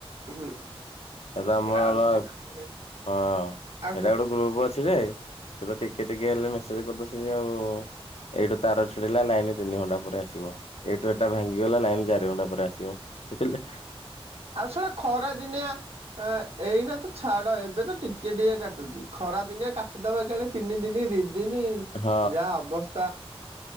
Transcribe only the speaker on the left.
ଏବେ
ଆମର
ହଁ
ଏଇଟା ଗୋଟେ ଗ୍ରୁପ୍ ଅଛି ଯେ ସେ ତ ଟିକେ ଟିକେ ହେଲେ ମେସେଜ୍ କରିଦଉଛନ୍ତି ଆଉ। ଏଇଠୁ ତାର ଛିଡ଼ିଲା ଲାଇନ୍ ତିନି ଘଣ୍ଟା ପରେ ଆସିବ। ଏଇଠୁ ଏଟା ଭାଙ୍ଗିଗଲା ଲାଇନ୍ ଚାରି ଘଣ୍ଟା ପରେ ଆସିବ ବୁଝିଲେ।
ହଁ